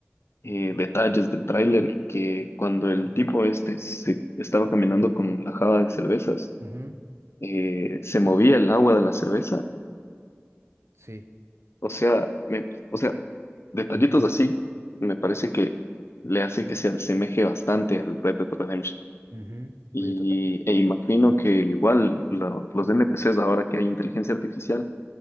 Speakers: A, on the left (about 65°); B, on the right (about 75°).
A: eh, detalles del tráiler que cuando el tipo este se estaba caminando con la java de cervezas,
B: Ujú,
A: eh, se movía el agua de la cerveza.
B: Sí.
A: O sea, me- o sea, detallitos así me parece que le hace que se asemeje bastante al Red Dead Redemption.
B: Ujú, Estoy
A: Y, e imagino que igual lo- los NPCs ahora que hay inteligencia artificial